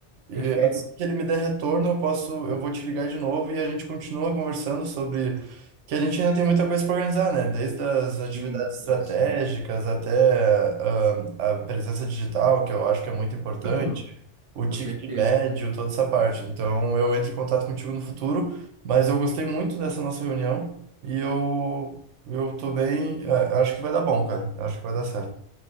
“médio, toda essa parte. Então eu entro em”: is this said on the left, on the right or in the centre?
Right